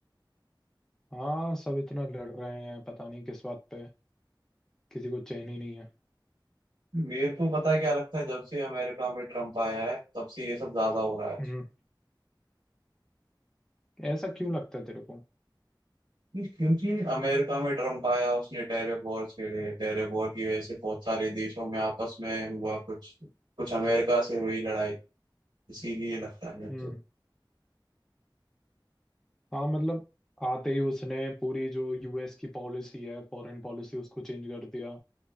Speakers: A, in the centre; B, on the right (about 85°).
A: हाँ सब इतना लड़ रहे हैं पता नहीं किस बात पे किसी को चैन ही नहीं है
B: मेरे को पता है क्या लगता है जब से अमेरिका में ट्रम्प आया है तब से ये सब ज्यादा हो रहा है
A: हम्म ऐसा क्यों लगता है तेरे को
B: क्योंकि अमेरिका में ट्रम्प आया उसने टैरिफ वॉर छेड़े टैरिफ वॉर की वजह से बहुत सारे देशों में आपस में हुआ कुछ कुछ अमेरिका से हुई लड़ाई इसीलिए लगता है मेरे
A: हम्म
B: को
A: हाँ मतलब आते ही उसने पूरी जो यूएस की पॉलिसी है फॉरेन पॉलिसी उसको चेंज कर दिया